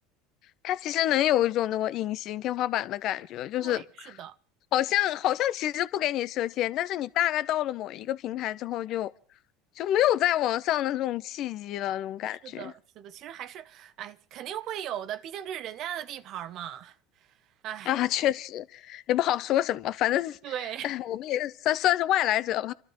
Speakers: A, on the left; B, on the right.
A: 它其实能有一种那种隐形天花板的感觉，就是
B: 对，是的，
A: 好像好像其实不给你设限，但是你大概到了某一个平台之后就，就没有再往上的这种契机了，这种感觉
B: 是的，是的，其实还是，哎，肯定会有的，毕竟这是人家的地盘儿嘛。哎，
A: 啊，<laughs> 确实也不好说什么，反正
B: 对，
A: 哎，
B: <laughs>
A: 我们也算算是外来者吧，